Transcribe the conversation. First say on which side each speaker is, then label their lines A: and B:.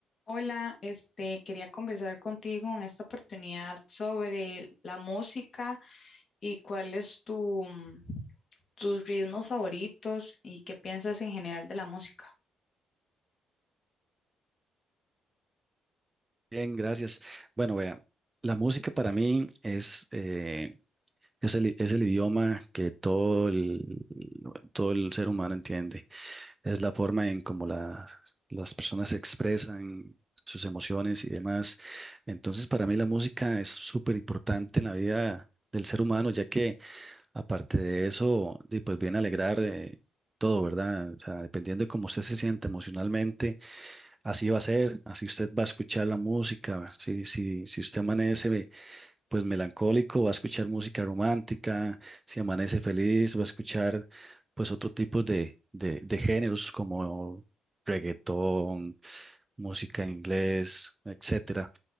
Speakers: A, on the left; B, on the right.
A: Hola, este, quería conversar contigo en esta oportunidad sobre la música y cuál es tu, mm, tus ritmos favoritos y qué piensas en general de la música.
B: Bien, gracias. Bueno, vea, la música para mí es, eh, es el, es el idioma que todo el, todo el ser humano entiende. Es la forma en cómo las, las personas expresan sus emociones y demás. Entonces, para mí la música es súper importante en la vida del ser humano, ya que aparte de eso, di, pues viene a alegrar eh, todo, ¿verdad? O sea, dependiendo de cómo usted se siente emocionalmente Así va a ser, así usted va a escuchar la música. Si, si, si usted amanece pues melancólico, va a escuchar música romántica. Si amanece feliz, va a escuchar pues otro tipo de, de, de géneros como reggaetón, música en inglés, etcétera.